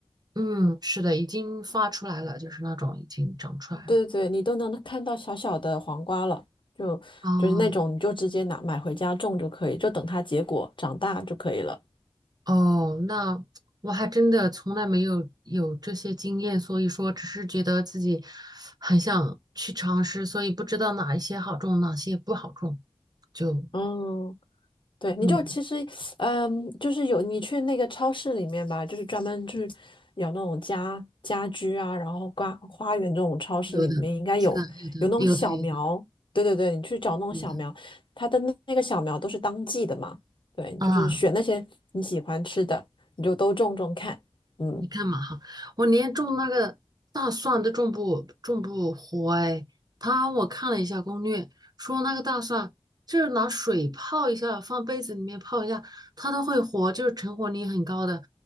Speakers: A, on the right; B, on the left.
A: 嗯，是的，已经发出来了，就是那种已经长出来了。
B: 对对对，你都能看到小小的黄瓜了，就就是那种你就直接拿买回家种就可以，
A: 哦，
B: 就等它结果长大就可以了。
A: 哦，那我还真的从来没有有这些经验，所以说只是觉得自己很想去尝试，所以不知道哪一些好种，哪些不好种，就
B: 嗯。对，你就其实，
A: 嗯，
B: 嗯，就是有你去那个超市里面吧，就是专门就是有那种家家居啊，然后花花园这种超市里面应该有有那种小苗，
A: 有的，是的，有的，有的，有的，
B: 对对对，你去找那种小苗，
A: 有的
B: 它的那那个小苗都是当季的嘛，对，你就是选那些你喜欢吃的，
A: 啊。
B: 你就都种种看，嗯。
A: 你看嘛哈，我连种那个大蒜都种不种不活哎。他我看了一下攻略，说那个大蒜就是拿水泡一下，放杯子里面泡一下，它都会活，就是成活率很高的。